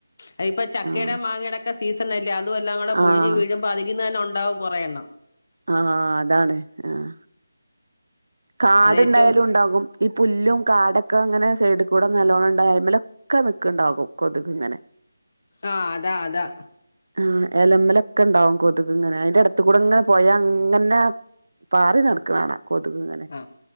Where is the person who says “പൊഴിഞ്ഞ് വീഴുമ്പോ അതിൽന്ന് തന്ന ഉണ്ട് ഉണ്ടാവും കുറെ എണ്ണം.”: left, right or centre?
Left